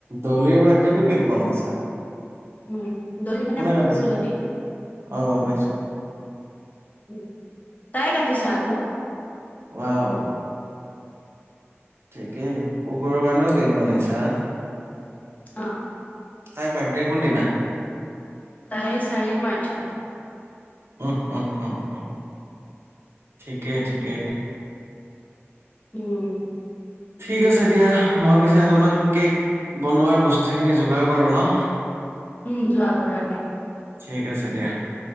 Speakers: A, on the right; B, on the left.
A: দলিৰ বাৰ্থডেটো কেক বনাইছা
B: উম দলি মানে
A: কোনে
B: মোৰ
A: কাটিছে?
B: কুকুৰজনী
A: অ', গম পাইছো।
B: উম তাই কাটিছে আকৌ
A: ওৱাও ঠিকেই কুকুৰৰ কাৰণেও কেক বনাইছা
B: অ
A: তাই বাৰ্থডে কোনদিনা।
B: তাইৰ চাৰি মাৰ্চত
A: উম উম উম উম ঠিকে ঠিকে
B: উম।
A: ঠিক আছে দিয়া মই পিছে অলপমান কেক বনোৱাৰ বস্তুখিনি যোগাৰ কৰোঁ ন'।
B: উম যোৱা কৰা গে
A: ঠিক আছে দিয়া